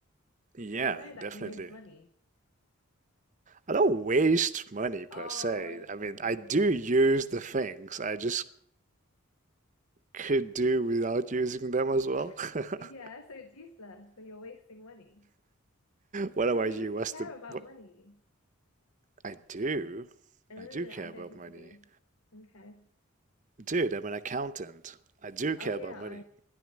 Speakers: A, on the right; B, on the left.
A: yeah,
B: So you know that
A: definitely.
B: you waste money.
A: I don't waste money per
B: Oh,
A: se.
B: okay.
A: I mean, I do use the things. I just could do without using them as well.
B: <laughs>
A: <laughs>
B: Yeah, so it's useless. So you're wasting money.
A: What
B: So
A: about
B: do you
A: you?
B: even
A: What's
B: care
A: the
B: about
A: what?
B: money?
A: I do,
B: Oh,
A: I do care
B: I don't
A: about
B: think
A: money,
B: you do. Okay.
A: dude. I'm an accountant. I do care
B: Oh yeah,
A: about money.